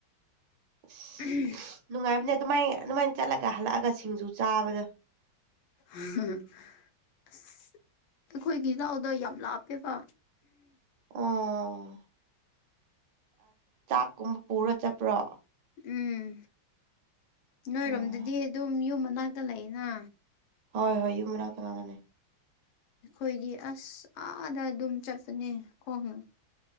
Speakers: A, on the right; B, on the left.
A: <unintelligible>
B: ꯎꯝ
A: ꯅꯨꯡꯉꯥꯏꯕꯅꯦ ꯑꯗꯨꯃꯥꯏ ꯑꯗꯨꯃꯥꯏꯅ ꯆꯠꯂꯒ ꯍꯜꯂꯛꯑꯒ ꯁꯤꯡꯖꯨ ꯆꯥꯕꯗꯣ
B: ꯎ ꯑꯁ ꯑꯩꯈꯣꯏꯒꯤ ꯏꯅꯥꯎꯗ ꯌꯥꯝ ꯂꯥꯞꯄꯦꯕ
A: ꯑꯣ ꯆꯥꯛꯀꯨꯝꯕ ꯄꯨꯔ ꯆꯠꯄ꯭ꯔꯣ
B: ꯎꯝ ꯅꯣꯏꯔꯣꯝꯗꯗꯤ
A: ꯎꯝ
B: ꯑꯗꯨꯝ ꯌꯨꯝ ꯃꯅꯥꯛꯇ ꯂꯩꯅ
A: ꯍꯣꯏ ꯍꯣꯏ ꯌꯨꯨꯝ ꯃꯔꯥ ꯇꯃꯒꯅꯦ
B: ꯑꯩꯈꯣꯏꯗꯤ ꯑꯁ ꯑꯥꯗ ꯑꯗꯨꯝ ꯆꯠꯄꯅꯦ ꯈꯣꯡ